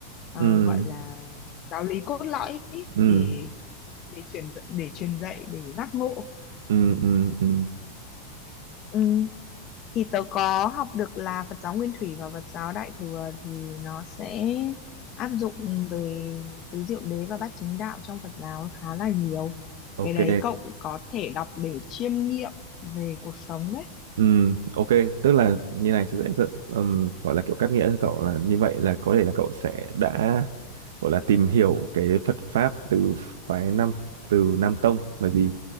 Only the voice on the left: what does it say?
ờ,
gọi là giáo lý cốt lõi ý,
để để truyền dạy- để truyền dạy để giác ngộ
Ừ, thì tớ có học được là Phật giáo Nguyên Thủy và Phật giáo Đại Thừa thì nó sẽ áp dụng về tứ diệu đế và bát chính đạo trong Phật giáo khá là nhiều.
Cái đấy cậu cũng có thể đọc để chiêm nghiệm về cuộc sống đấy.